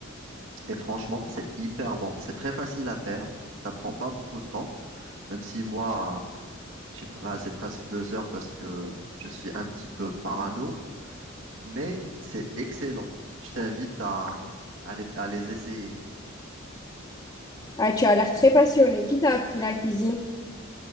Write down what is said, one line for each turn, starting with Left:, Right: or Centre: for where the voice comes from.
Right: Et franchement, c'est hyper bon. C'est très facile à faire. Ça prend pas beaucoup de temps. Même si moi, je sais pas, bah, c'est presque deux heures parce que je suis un petit peu parano. Mais c'est excellent. Je t'invite à, à les à les essayer.
Left: Ah, tu as l'air très passionnée. Qui t'a appris la cuisine?